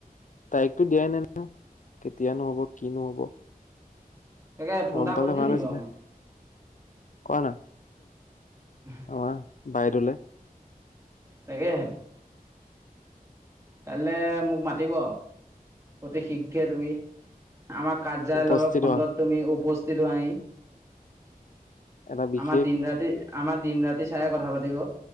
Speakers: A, on the left; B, on the right.
A: তাৰিখটো দিয়াই নাই নহয়, কেতিয়ানো হ'ব কিনো হ'ব?
B: তাকে ফোন
A: গম
B: এটা
A: পালে
B: কৰি দিওঁ
A: ভাল
B: নি
A: আছিলে।
B: বাৰু মই
A: কোৱা না?
B: <inaudible>
A: আমাৰ, বাইদেউলে।
B: তাকেহে কাইলে মোক মাতিব। অতি শীঘ্ৰে তুমি, আমাক কাৰ্যালয়ৰ
A: উপস্থিত
B: ফ্ৰণ্টত
A: হোৱা
B: তুমি উপস্থিত হোৱাহি।
A: এটা বিশেষ
B: আমাৰ দিন ৰাতি, আমাৰ দিন ৰাতি চাইহে কথা পাতিব।